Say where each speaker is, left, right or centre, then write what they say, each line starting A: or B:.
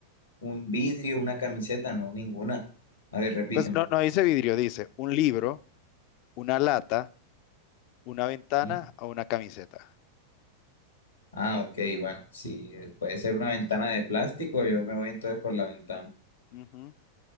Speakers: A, on the left; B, on the left.
A: un vidrio, una camiseta? No, ninguna. A ver, repítemelo.
B: Pues no, no dice vidrio, dice un libro, una lata, una ventana
A: ¿Mm?
B: o una camiseta.
A: Ah, ok, bueno, si puede ser una ventana de plástico, yo me voy entonces por la ventana.
B: Ujú,